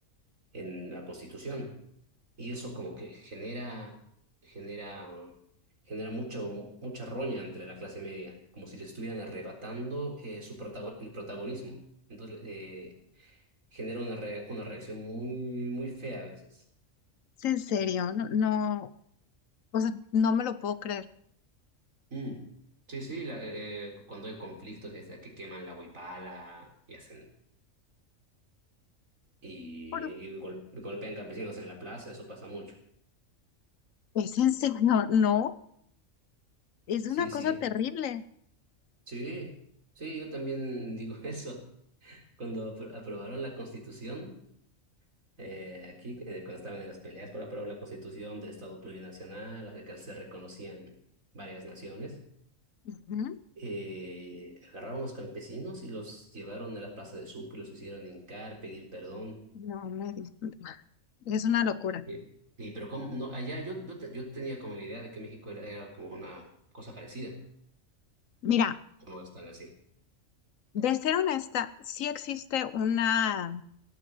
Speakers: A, on the right; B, on the left.
A: en la prostitución. Y eso como que genera, genera, genera mucho, mucha roña entre la clase media, como si le estuvieran arrebatando eh, su protago- el protagonismo. Entonces eh, genera una, re- una reacción muy, muy fea a veces.
B: Es en serio, no, no, o sea, no me lo puedo creer.
A: Mm. Sí, sí, la- eh, cuando hay conflictos, ya sea que queman la huipala y hacen y,
B: Pero
A: y gol- golpean campesinos en la plaza, eso pasa mucho.
B: es en serio, <laughs> no. Es
A: Sí,
B: una cosa
A: sí,
B: terrible.
A: sí, sí, yo también digo <laughs> eso. Cuando apro- aprobaron la Constitución, eh, aquí eh, cuando estaban en las peleas para aprobar la Constitución de Estado plurinacional, la que se reconocían varias naciones,
B: Ujú.
A: eh, agarraron a los campesinos y los llevaron a la Plaza de Sucre, los hicieron hincar, pedir perdón.
B: No me di- es una locura.
A: Y, y pero como no, allá yo, yo, te- yo tenía como la idea de que México era, era como una cosa parecida,
B: Mira,
A: o no están así.
B: de ser honesta, sí existe una,